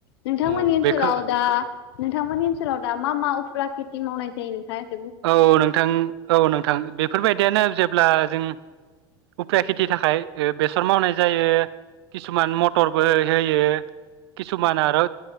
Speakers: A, on the left (about 85°); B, on the right (about 80°).
A: नोंथांमोननि
B: औ
A: ओनसोलाव
B: बेखौ
A: दा नोंथांमोननि ओनसोलाव दा मा मा उफुरा खेथि मावनाय जायो नोंथां?
B: औ नोंथां औ नोंथां बेफोरबायद दियानो जेब्ला जों उफेरा खेथि थाखाय बेसर मावनाय जायो किसुमान मटरबो होयो। किसुमान आरो